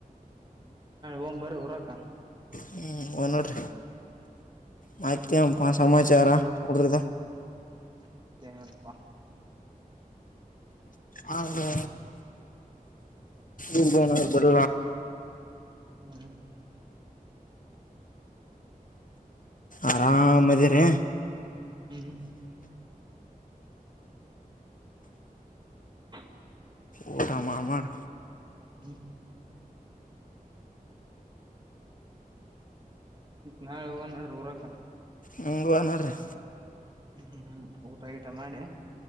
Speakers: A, on the right (about 30°); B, on the left (about 60°).
A: ಹೋಗ ಬರಿ ಊರಾಕ
B: ಹ್ಮ್ ನೋಡೀ ಮಾತಿ ಸಮಾಚಾರ ಉಡ್ರುದಾ
A: ಮತ್ತೇನಲ್ಪಾ
B: ಹೌದ ಹ ಬರ
A: ಹ್ಮ್
B: ಆರಾಮ ಇದದ ರ
A: ಹ್ಮ್ ಹ
B: ಒಊಟ ಮಾಡಾರ ಮಾಡಾರ
A: ಹ್ಮ ನಾಳೆ ಹ ನಡ್ರಿ ಊರಾಕ
B: ಹ್ಮ ವ ನೋಡ್ರಿಹೈ
A: ಹ್ಮ್್ಮ್್ಮ್ ಊಟ ಊಟ ಮಾಡಿ